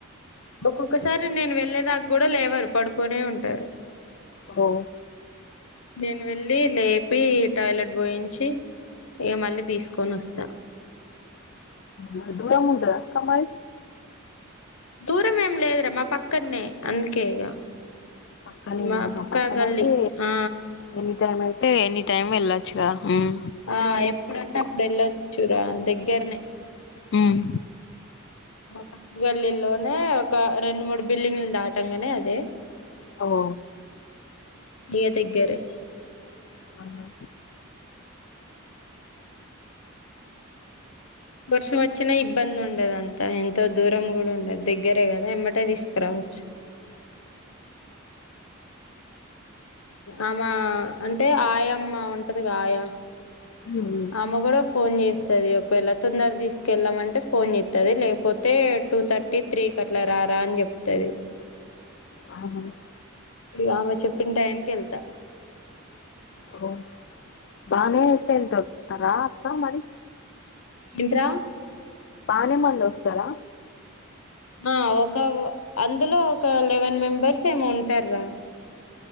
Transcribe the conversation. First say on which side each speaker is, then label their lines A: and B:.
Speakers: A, on the left (about 80°); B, on the left (about 55°).
A: ఒక్కొక్కసారి నేను వెళ్ళే దాకా కూడా లేవరు. పడుకునే ఉంటారు.
B: హో
A: నేను వెళ్ళి లేపి టాయిలెట్ పోయించి ఇగ మళ్ళీ తీసుకొని వస్తా
B: అంతే దూరం ఉంటదా అక్క మరి
A: దూరం ఏం లేదురా మా పక్కనే అందుకే ఇక
B: పక్కనేనా
A: మా పక్క
B: పక్కనయితే
A: గల్లి ఆ
B: ఎనీ టైమ్ అయితే ఎనీ టైమ్ వెళ్ళొచ్చు ఉమ్
A: ఆ ఎప్పుడంటే అప్పుడు వెళ్ళొచ్చురా దగ్గరనే
B: ఉమ్
A: మా పక్క గల్లీలోనే ఒక రెండు మూడు బిల్డింగ్లు దాటంగానే అదే
B: అవ్
A: ఇగా దగ్గరె
B: అమ్మే
A: వర్షం వచ్చిన ఇబ్బంది ఉండదు అంతా ఎంతో దూరం కూడా ఉండదు దగ్గరే కదా ఎంబటే తీసుకురావచ్చు ఆమ అంటే ఆయామ్మ ఉంటది గా ఆయా
B: ఊహూ
A: అమ్మే కూడా ఫోన్ చేస్తాది ఒకవేళ తొందర తీసుకెళ్లమంటే ఫోన్ చేస్తాది లేకపోతే టూ థర్టీ త్రీకి అట్లా రారా అని చెప్తాది
B: అవును
A: ఇగా అమె చెప్పిన టయానికి వెళ్తా
B: ఓ బానే ఇస్తే ఎంత ఓతారా అక్క మరి
A: ఏంట్రా
B: బానే మందొస్తారా
A: ఆ ఒక అందులో ఒక లెవెన్ మెంబర్స్ ఏమో ఉంటారా